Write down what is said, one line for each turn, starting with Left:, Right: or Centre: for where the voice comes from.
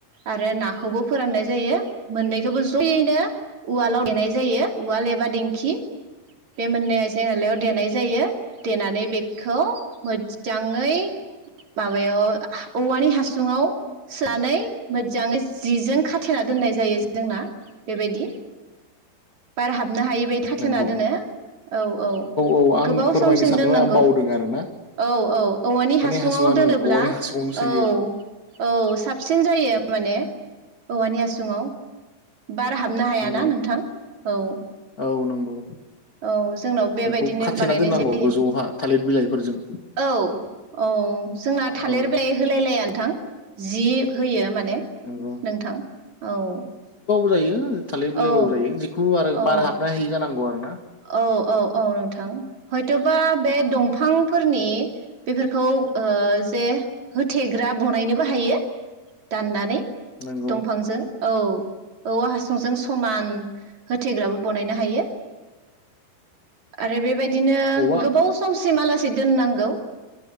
Right: आरो नाखौबो फोराननाय जायो मोननैखौबो जयैनो उवालाव देनाय जायो उवाल एबा दिंखि बे मोननै आइजें आलायाव देनाय जायो देनानै बेखौ मोदजाङै माबायाव औवानि हासुङाव सोनानै मोदजाङै जिजों खाथेना दोननाय जायो जोंना बेबायदि बार हाब <unintelligible> हायिबायायदि खाथेना
Left: नंगौ
Right: दोनो औ औ
Left: औ आं
Right: गोबाव
Left: फोरमायनो
Right: समसिम
Left: सानदोंमोन
Right: दोननांगौ?
Left: आं बावदों आरो ना
Right: औ औ औवानि हासुङाव
Left: हासुङानो
Right: दोनोब्ला
Left: औवानि हासुङावनो
Right: औ
Left: सोयो
Right: औ साबसिन जायो। <unintelligible> माने औवानि हा सुङाव। बार हाबनो हायाना
Left: नंगौ
Right: नोंथां औ।
Left: औ नंगौ।
Right: औ जोंनाव बेबायदिनो
Left: बेखौ खाथेना
Right: बानायनाय
Left: दोननांगौ
Right: जायो
Left: गोजौहा थालिर बिलाइफोरजों
Right: औ औ जोंना थालिर
Left: औ
Right: बिलाइ होलायलाया नोंथां जि होयो माने
Left: नंगौ
Right: नोंथां औ
Left: जायो। थालिर
Right: औ
Left: बिलाइबाबो जायो जिखुनु आरो
Right: औ
Left: बार हाबनो हायि जानांगौ आरो। ना
Right: औ औ औ नोंथां हो <unintelligible> बे दंफांफोरनि बेफोरखौ ओ जे होथेग्रा बनायनोबो हायो दाननानै।
Left: नंगौ
Right: दंफांजों औ औ औवास सुंद जों समान होथेग्राबो बनायनो हायो। आरो बेबाय दिनो
Left: औवा
Right: गोबाव सम सिम हालासै दोननांगौ